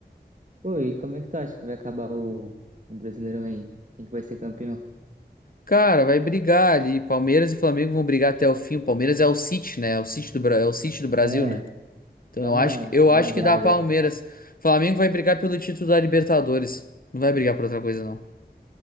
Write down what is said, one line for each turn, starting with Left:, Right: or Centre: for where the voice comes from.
Right: Pô, e como é que tu acha que vai acabar o, o Brasileirão aí? Quem que vai ser campeão?
Left: Cara, vai brigar ali. Palmeiras e Flamengo vão brigar até o fim. O Palmeiras é o City, né? É o City do, Bra- é o City do Brasil,
Right: É,
Left: né? Então
Right: é
Left: eu
Right: uma,
Left: acho que, eu
Right: é
Left: acho
Right: uma draga.
Left: que dá Palmeiras. Flamengo vai brigar pelo título da Libertadores. Não vai brigar por outra coisa, não.